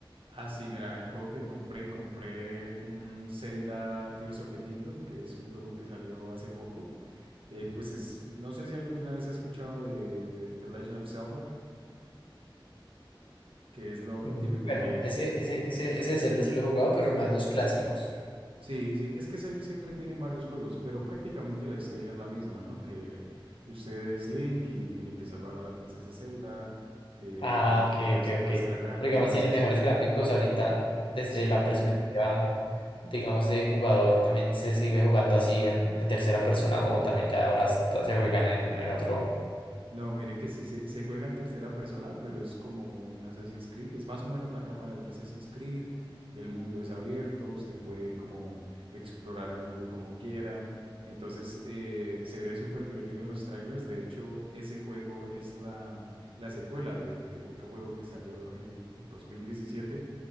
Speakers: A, on the right (about 80°); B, on the left (about 70°).
A: Ah, sí, mira, el juego que compré, compré un Zelda Tears of the Kingdom, que es un juego que salió hace poco. Eh, pues es, no sé si alguna vez has escuchado de, de, de Legend of Zelda, que es lo,
B: Mm,
A: lo típico,
B: Bueno,
A: que
B: ese, ese, ese, ese de Zelda sí lo he jugado, pero más los clásicos.
A: Sí, sí, es que se- siempre tienen varios juegos, pero prácticamente la historia es la misma, ¿no? Que usted es Link y tiene que salvar a la princesa Zelda, eh,
B: Ah,
A: que, le-
B: ok,
A: que la
B: ok,
A: secuestra
B: ok. Pero
A: Ganon,
B: digamos,
A: entonces,
B: tienen mejores gráficos ahorita desde
A: sí,
B: la perspectiva, digamos, de jugador. ¿También se sigue jugando así en, en tercera persona o también ya ahora hasta se juegan en, en otro?
A: No, mire que sí se, se juega en tercera persona, pero es como un Assassin's Creed. Es más o menos la cámara de un Assassin's Creed. El mundo es abierto, usted puede como explorar el mundo como quiera. Entonces eh, se ve súper divertido en los trailers. De hecho, ese juego es la, la secuela de, de otro juego que salió en 2017,